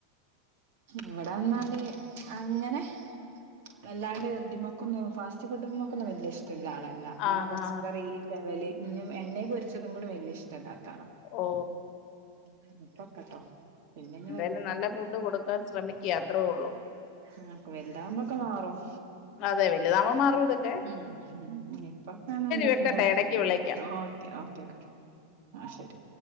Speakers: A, on the right; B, on the left.
A: ഇവിടെന്നാല് അങ്ങനെ അല്ലാണ്ട് തിമക്കൊന്നു ഫാസ്റ്റ് ഫുഡ് മക്കൊന്നും വല്യ ഇഷ് ട്ടിള്ള ആളല്ല ഇങ്ങനെ
B: ആഹാ
A: പച്ചക്കറി ഈ ലെവല് പിന്നെയും എണ്ണേ പൊരിച്ചതും കൂടി വലിയ ഇഷ്ടല്ലാ ത്താളാ
B: ഓ
A: <unintelligible> പ്പക്കട്ടോ പിന്നങ്ങു
B: യാലും നല്ല ഫുഡ് കൊടുക്കാൻ ശ്രമിക്ക്യ അത്രേ ഉള്ളൂ.
A: ആഹ് വലുതാവുമ്പോക്കെ മാറും
B: അതേ വലുതാമ്പം മാറും ഇതൊ
A: ഉം ഇപ്പൊക്കെ നല്ല
B: വെക്കട്ടെ
A: ഫുഡാ
B: ഇടക്ക് വിളിക്കാം
A: ഓക്കെ ഓക്കെ ഓക്കെ ആ ശരി